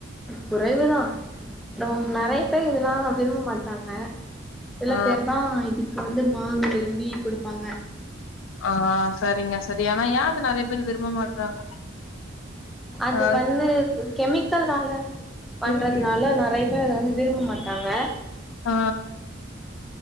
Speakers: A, in the centre; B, on the left (about 80°).
A: குறைவுதா நோ நெறைய பேர் இதெல்லா விரும்ப மாட்டாங்க சில
B: ஆ
A: பேர்தா இதுக்கு வந்து வாங்கி விரும்பி குடுப்பாங்க
B: ஆ சரிங்க சரி ஆனா ஏன் இது நெறைய பேர் விரும்ப மாட்றாங்க
A: அது
B: ஆ
A: வந்து கெமிக்கல்னால பண்றதுனால
B: தெரியலையே
A: நறைய பேரு அதை வந்து விரும்ப மாட்டாங்க
B: ஆ